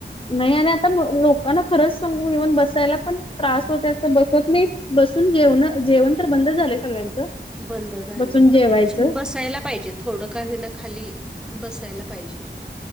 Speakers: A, on the left (about 30°); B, in the centre.
A: नाही आणि आता मर लोक कांना खरंच सांगू इव्हन बसायला पण त्रास होतोय असं बसत नाहीत. बसून जेवणं जेवण तर बंद झालंय सगळ्यांचं.
B: बंद झालंय
A: बसून जेवायचं
B: पण ऍक्च्युली बसायला पाहिजेत. थोडं काय होईना खाली बसायला पाहिजे.